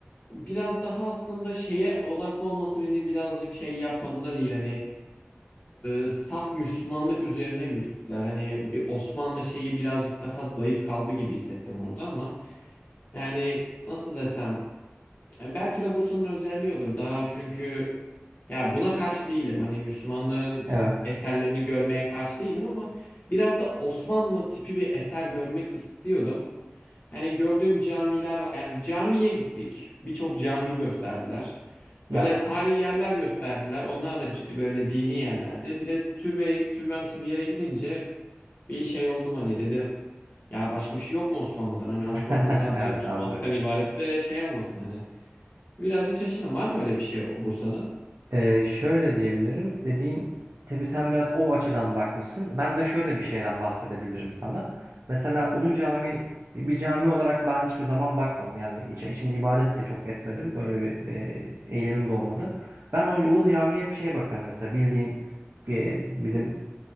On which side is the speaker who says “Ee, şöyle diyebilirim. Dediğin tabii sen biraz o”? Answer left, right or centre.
Right